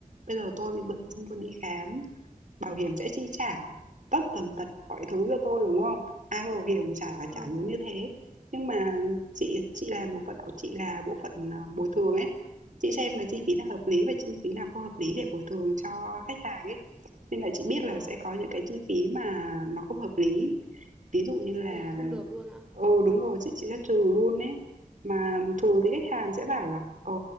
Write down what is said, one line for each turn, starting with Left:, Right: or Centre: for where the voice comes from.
Right: bây giờ tôi bị bệnh xong tôi đi khám, bảo hiểm sẽ chi trả tất tần tật mọi thứ cho tôi, đúng không? Ai mua bảo hiểm chả
Centre: ngon
Right: chả muốn như thế. Nhưng mà chị chị làm bộ phận của chị là bộ phận, ờ, bồi thường ấy, chị xem là chi phí nào hợp lý và chi phí nào không hợp lý để bồi thường cho khách hàng ấy. Nên là chị biết
Centre: ngon
Right: là sẽ có những cái chi phí mà nó không hợp lý, ví dụ như là
Centre: Thì không được luôn ạ
Right: Ừ, đúng rồi, chị chị sẽ trừ luôn ấy. Mà thường thì khách hàng sẽ bảo là ờ